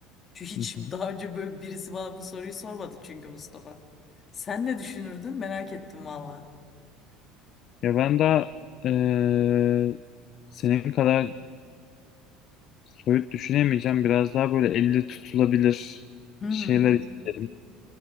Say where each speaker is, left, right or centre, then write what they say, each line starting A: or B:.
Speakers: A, on the left (about 35°); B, on the left (about 50°).
A: Şu hiç
B: Hı hı.
A: daha önce böyle birisi bana bu soruyu sormadı çünkü Mustafa. Sen ne düşünürdün? Merak ettim valla.
B: ya ben daha eee, senin kadar soyut düşünemeyeceğim. Biraz daha böyle elle tutulabilir
A: Hı hı.
B: şeyler isterim.